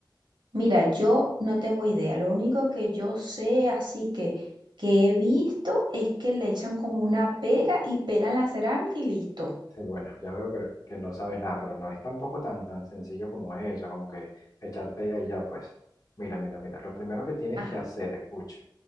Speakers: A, on the right (about 70°); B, on the left (about 50°).
A: Mira, yo no tengo idea. Lo único que yo sé, así que que he visto, es que le echan como una pega y pegan la cerámica y listo.
B: <laughs> Bueno, ya veo que, que no sabes nada, pero no es tampoco tan, tan sencillo como eso, como que echar pega y ya, pues. Mira, mira, mira, lo primero que tienes
A: Ajá.
B: que hacer, escucha.